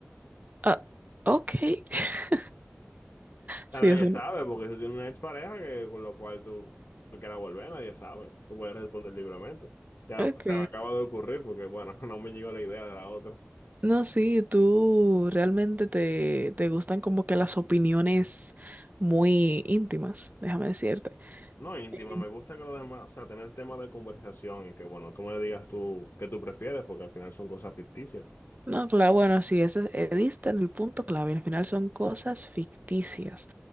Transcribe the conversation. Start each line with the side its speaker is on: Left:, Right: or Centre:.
Right: Ah, ok. <laughs>
Left: O
Right: Sí,
Left: sea, nadie
Right: es un...
Left: sabe, porque si tú tienes una expareja que, con lo cual tú, tú quieras volver, nadie sabe. Tú puedes responder libremente. Ya
Right: Ok.
Left: pues, se me acaba de ocurrir porque, bueno, <laughs> no me llegó la idea de la otra.
Right: No, sí, tú realmente te, te gustan como que las opiniones muy íntimas, déjame decirte.
Left: No, íntima,
Right: Eh,
Left: me gusta que los demás, o sea, tener temas de conversación y que, bueno, tú me digas tú qué tú prefieres, porque al final son cosas ficticias.
Right: No, claro, bueno, sí, ese, eh, diste en el punto clave. Al final son cosas ficticias.